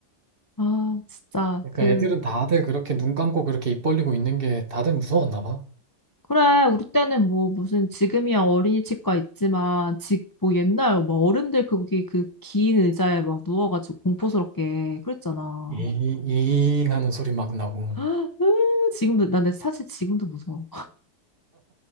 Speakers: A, on the left; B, on the right.
A: 아, 진짜
B: 그러니까
A: 그
B: 애들은 다들 그렇게 눈 감고 그렇게 입 벌리고 있는 게 다들 무서웠나 봐.
A: 그래, 우리 때는 뭐 무슨 지금이야 어린이 치과 있지만 지, 뭐 옛날 막 어른들 거기 그 긴 의자에 막 누워가지고 공포스럽게 그랬잖아.
B: 이, 이잉 하는 소리 막 나고.
A: <laughs> 으, 지금도 나 근데 사실 지금도 무서워.